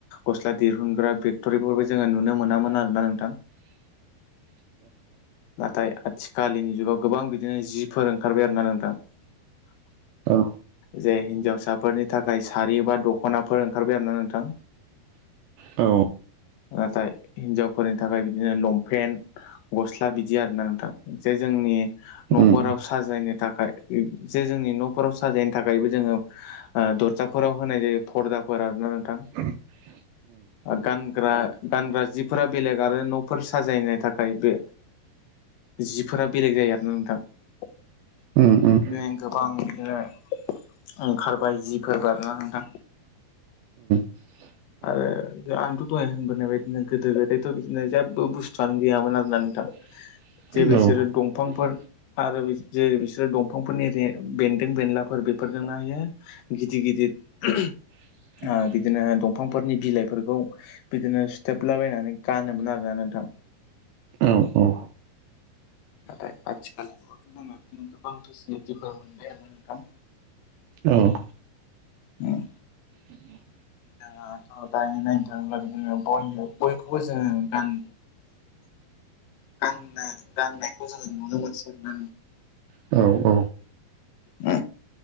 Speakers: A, on the left; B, on the right.
A: गस्ला दिहुनग्रा फेक्ट'रिफोरबो जोङो नुनो मोनामोन आरोना नोंथां।
B: <inaudible>
A: नाथाय आथिखालनि जुगाव गोबां बिदिनो जिफोर ओंखारबाय आरोना नोंथां ।
B: औ।
A: जे हिनजावसाफोरनि थाखाय सारि बा दख'नाफोर ओंखारबाय आरोना नोंथां ।
B: औ।
A: नाथाय हिनजावफोरनि थाखाय बिदिनो लंपेन्ट गस ला बिदि आरोना नोंथां जे जोंनि
B: उम
A: न'फोराव साजायनो थाखाय जे जोंनि न'फोर आव साजायनो थाखायबो जोङो ओ दरजाफोराव होनाय जायो फरदाफोर आरोना नोंथां।
B: <inaudible>
A: गानग्रा गानग्रा जिफोरा बेलेग आरो न'फोर साजायनो थाखाय बे जिफोरा बेलेग जायो आरोना नोंथां ।
B: उम उम
A: बिदिनो गोबां बिदिनो ओंखारबाय जिफोर बार नोंथां।
B: <inaudible>
A: आरो आंथ' दहाय होनबोनाय बायदिनो गोदो गोदायथ' बिदिनो जेबो बुस्थुआनो गैयामोन आरोना नोंथां ।
B: <inaudible>
A: जे बिसोरो दं
B: नोंगौ।
A: आरो बे जे बिसोरो दंफांफोरनि रे बेन्दों बेनलाफोर बेफोरजोंनो हायो गिदिर गिदिर <inaudible>
B: <inaudible>
A: बिदिनो दंफांफोरनि बिलाइफोरखौ बिदिनो सुथोबलाबायनानै गानोमोन आरोना नोंथां ।
B: औ औ।
A: नाथाय आथिखाल जुगावथ' जोङो बिदिनो गोबां फेसिलिटिफोर मोनबाय आरो नोंथां।
B: औ।
A: उम।
B: <inaudible>
A: जोङोथ' दायो नायनो थाङोब्ला बिदिनो गय गयखौबो जोङो गान गानना गाननायखौ जोङो नुनो मोनसै आरोना
B: <inaudible> औ औ।
A: उम